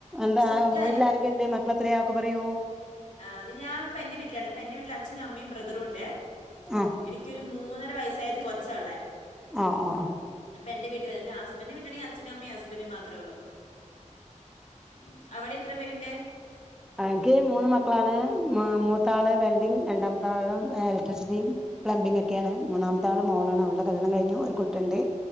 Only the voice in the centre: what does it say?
എന്താ
വീട്ടില ആാരൊക്കെയുണ്ട് മക്കള എത്രയാ ഒക്കെ പറയു?
ആഹ്
അ ആ ഹ
അ എൻക്ക് മൂന്ന് മക്കളാണ് മ മൂത്താള് വെൽഡിങ്ങ് രണ്ടാമത്താള് എലക്ട്രിസിറ്റിം പ്ലംബിങ്ങൊക്കേണ് മൂന്നാമത്താള് മോളാണ് അവൾടെ കല്യാണം കഴിഞ്ഞു ഒരു കുട്ടിണ്ട്